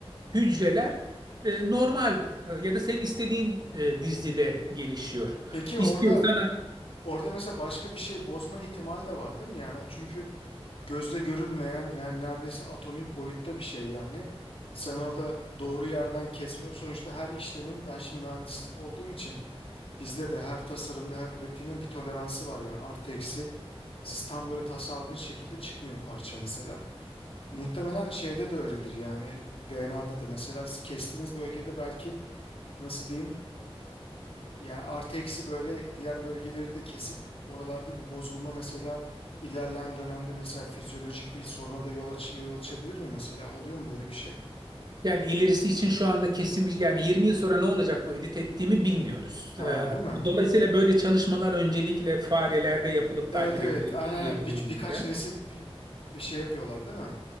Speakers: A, on the right; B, on the left.
A: hücreler e, normal e, ya da senin istediğin e, dizide gelişiyor.
B: Peki
A: İstiyorsan
B: orada orada mesela başka bir şey bozma ihtimali de var değil mi? Yani o çünkü gözle görülmeyen yani neredeyse atomik boyutta bir şey yani. Sen orada doğru yerden kesme sonuçta her işlemin ben şimdi mühendis olduğum için bizde de her tasarımda her üretimin bir toleransı var yani artı eksi siz tam böyle tasarladığınız şekilde çıkmıyor parça mesela. Muhtemelen şeyde de öyledir yani DNA'da da mesela kestiğiniz bölgede belki nasıl diyeyim yani artı eksi böyle diğer bölgeleri de kesip oralarda bir bozulma mesela ilerleyen dönemde mesela fizyolojik bir soruna da yol, aç yol açabilir mi mesela? Oluyor mu böyle bir şey?
A: Yani ilerisi için şu anda kesin bir yani 20 yıl sonra ne olacak bu edit ettiğimi bilmiyoruz.
B: Ha,
A: Ee,
B: değil mi?
A: dolayısıyla böyle çalışmalar öncelikle farelerde yapılıp
B: Evet
A: takip
B: evet
A: edilir
B: aynen
A: bir yıl
B: aynen. Bir,
A: boyunca.
B: birkaç nesil bir, bir şey yapıyorlar değil mi?